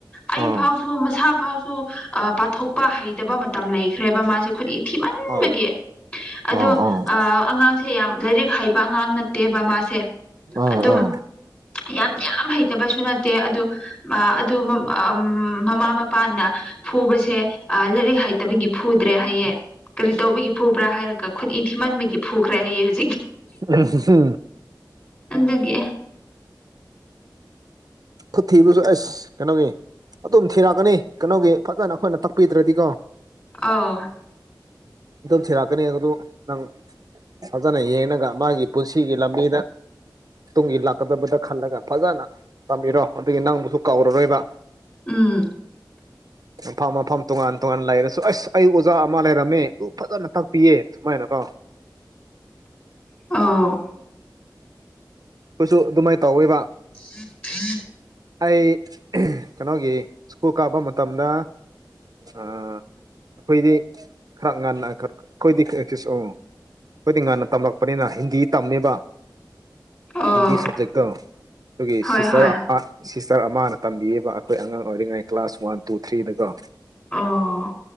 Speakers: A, on the left; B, on the right.
A: ꯑꯩ
B: ꯑꯥ ꯑꯥ
A: ꯐꯥꯎꯁꯨ ꯃꯁꯥ ꯐꯥꯎꯁꯨ ꯄꯥꯊꯣꯛꯄ ꯍꯩꯇꯕ ꯃꯇꯝ ꯂꯩꯈ꯭ꯔꯦꯕ ꯃꯥꯁꯦ ꯈꯨꯗꯤ ꯊꯤꯃꯟꯕꯒꯤ
B: ꯑꯥ
A: ꯑꯗꯣ
B: ꯑꯥ
A: ꯑꯉꯥꯡꯁꯦ ꯌꯥꯝ ꯂꯥꯏꯔꯤꯛ ꯍꯩꯕ ꯑꯉꯥꯡ ꯅꯠꯇꯦꯕ ꯃꯥꯁꯦ
B: ꯑ
A: ꯑꯗꯨꯝ
B: ꯑꯥ
A: ꯌꯥꯝ ꯌꯥꯝ ꯍꯩꯇꯕꯁꯨ ꯅꯠꯇꯦ ꯑꯗꯨ ꯑꯗꯨ ꯎ ꯃꯃꯥ ꯃꯄꯥꯅ ꯐꯨꯕꯁꯦ ꯑ ꯂꯥꯏꯔꯤꯛ ꯍꯩꯇꯕꯒꯤ ꯐꯨꯗ꯭ꯔꯦ ꯍꯥꯏꯌꯦꯦ ꯀꯔꯤ ꯇꯧꯕꯒꯤ ꯐꯨꯕ꯭ꯔꯥ ꯍꯥꯏꯔꯒ ꯈꯨꯠ ꯏ ꯊꯤꯃꯟꯕꯒꯤ ꯐꯨꯈ꯭ꯔꯦ ꯍꯌꯦ ꯍꯧꯛ
B: ꯎ
A: ꯑꯗꯒꯤꯦ
B: ꯐꯨ ꯊꯤꯕꯁꯨ ꯑꯦꯁ ꯀꯩꯅꯣꯒꯤ ꯑꯗꯨꯝ ꯊꯤꯔꯛꯀꯅꯤ ꯀꯩꯅꯣꯒꯤ ꯐꯖꯅ ꯑꯩꯈꯣꯏꯅ ꯇꯛꯄꯤꯗ꯭ꯔꯗꯤꯀꯣ
A: ꯑ
B: ꯑꯗꯨꯝ ꯊꯤꯔꯛꯀꯅꯤ ꯑꯗꯨꯗ ꯅꯪ ꯐꯖꯅ ꯌꯦꯡꯉꯒ ꯃꯥꯒꯤ ꯄꯨꯟꯁꯤꯒꯤ ꯂꯝꯕꯤꯗ ꯇꯨꯡꯒꯤ ꯂꯥꯛꯀꯗꯕꯗ ꯈꯜꯂꯒ ꯐꯖꯅ ꯇꯝꯕꯤꯔꯣ ꯑꯗꯨꯒꯤ ꯅꯪꯕꯨꯁꯨ ꯀꯥꯎꯔꯔꯣꯏꯕ
A: ꯎꯝ
B: ꯃꯐꯝ ꯃꯐꯝ ꯇꯣꯉꯥꯟ ꯇꯣꯉꯥꯟꯅ ꯂꯩꯔꯁꯨ ꯑꯁ ꯑꯩ ꯑꯣꯖꯥ ꯑꯃ ꯂꯩꯔꯝꯃꯦ ꯑꯗꯨ ꯐꯖꯅ ꯇꯥꯛꯄꯤꯌꯦ ꯁꯃꯥꯏꯅꯀꯣ
A: ꯑ
B: ꯀꯣꯏꯁꯨ ꯑꯗꯨꯃꯥꯏꯅ ꯇꯧꯋꯦꯕ
A: ꯊ
B: ꯑꯩ ꯀꯩꯅꯣꯒꯤ ꯁ꯭ꯀꯨꯜ ꯀꯥꯕ ꯃꯇꯝꯗ ꯑꯩꯈꯣꯏꯗꯤ ꯈꯔ ꯉꯟꯅ ꯑꯩꯈꯣꯏꯗꯤ ꯑꯩꯈꯣꯏꯗꯤ ꯉꯟꯅ ꯇꯝꯂꯛꯄꯅꯤꯅ ꯍꯤꯟꯗꯤ ꯇꯝꯃꯦꯕ
A: ꯑꯣ
B: ꯍꯤꯟꯗꯤ ꯁꯕꯖꯦꯛꯇ ꯑꯗꯨꯒꯤ
A: ꯍꯣꯏ
B: ꯁꯤꯁꯇꯔ
A: ꯍꯣꯏ
B: ꯑꯃ ꯁꯤꯁꯇꯔ ꯑꯃꯅ ꯇꯝꯕꯤꯌꯦꯕ ꯑꯩꯈꯣꯏ ꯑꯉꯥꯡ ꯑꯣꯏꯔꯤꯉꯩ ꯀ꯭ꯂꯥꯁ ꯋꯥꯟ ꯇꯨ ꯊ꯭ꯔꯤꯗꯀꯣ
A: ꯑꯣ